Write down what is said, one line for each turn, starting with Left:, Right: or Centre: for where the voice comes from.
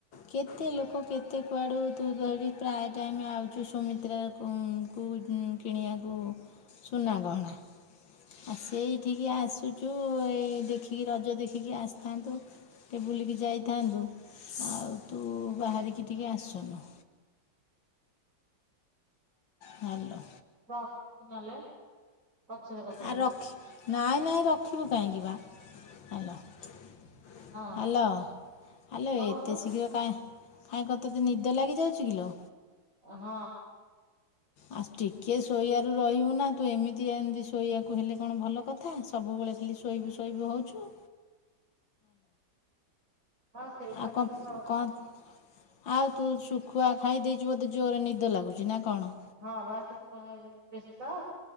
Left: କେତେ ଲୋକ କେତେ କୁଆଡ଼ୁ ତୁ ତ ହେଇଟି ପ୍ରାୟ ଟାଇମ୍ ଆଉଚୁ ସୁମିତ୍ରା କୁ କୁ କିଣିବାକୁ ସୁନାଗହଣା। ଆଉ ସେଇଠିକି ଆସୁ ଚୁ-ଉ-ଉ ଏଇ ଦେଖିକି ରଜ ଦେଖିକି ଆସିଥାନ୍ତୁ। ଟିକେ ବୁଲିକି ଯାଇଥାନ୍ତୁ। ଆଉ ତୁ ବାହାରିକି ଟିକେ ଆସୁନୁ। ହ୍ୟାଲୋ
Right: ହଉ <inaudible> ନହେଲେ। ପଛରେ କଥା ହେବି
Left: ଆ ରଖ୍, ନାଇଁ ନାଇଁ ରଖିବୁ କାହିଁକି ବା? ହ୍ୟାଲୋ। ହ୍ୟାଲୋ,
Right: ହଁ
Left: ହ୍ୟାଲୋ
Right: ହଉନୁ
Left: ଏତେ ଶୀଘ୍ର କାଇଁ ହାଁ କଣ ତତେ ନିଦ ଲାଗିଯାଉଛି କିଲୋ?
Right: ହଁ।
Left: ଆଉ ଟିକିଏ ଶୋଇବାରୁ ରହିବୁ ନା, ତୁ ଏମିତି ଏମିତି ଶୋଇବାକୁ ହେଲେ କଣ ଭଲ କଥା, ସବୁବେଳେ ଖାଲି ଶୋଇବୁ ଶୋଇବୁ ହଉଚୁ।
Right: ହଁ ସେଇଟା
Left: ଆଉ
Right: ତ
Left: କ'ଣ
Right: ସତ କଥା।
Left: କ'ଣ ଆଉ ତୁ ଶୁଖୁଆ ଖାଇ ଦେଇଛୁ ବୋଧେ ଜୋରରେ ନିଦ ଲାଗୁଛି ନା କଣ?
Right: ହଁ ବା ଶୁଖୁଆ ଖାଇ <inaudible> ତ